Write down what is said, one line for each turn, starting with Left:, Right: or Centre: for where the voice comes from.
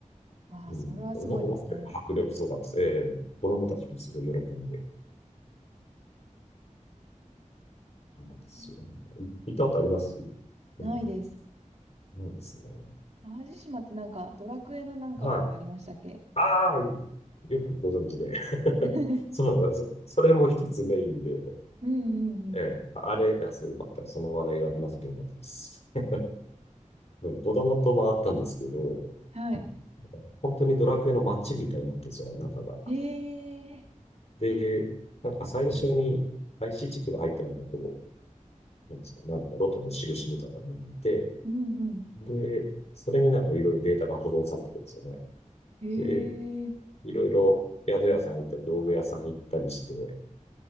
Left: うん、
Right: ああ、それはすごいですね。
Left: おも思ったより迫力すごかったです。ええ子供たちもすごい喜んで、なんですよねい行ったことあります
Right: うんないです。
Left: うんないですね。
Right: 淡路島ってなんか、ドラクエのなんかとかありましたっけ
Left: はい。ああ、よくご存知で。<laughs>
Right: <laughs>
Left: そうなんですよ。それも一つメインで、
Right: うんうんうん。
Left: ええ、あれ、いや、そうよかった。その話題が話せてよかったです。<laughs> でも子供と回ったんですけど、
Right: はい。
Left: なんか本当にドラクエの街みたいになってるんですよ、中が。
Right: へえ。
Left: で、なんか最初に IC チップが入ってなんかこう、なんですか、なんだかロトの印みたいなものがいて、
Right: うんうん。
Left: で、それになんかいろいろデータが保存されてくるんですよね。
Right: へ
Left: で、
Right: え。
Left: いろいろ宿屋さん行ったり、道具屋さん行ったりして、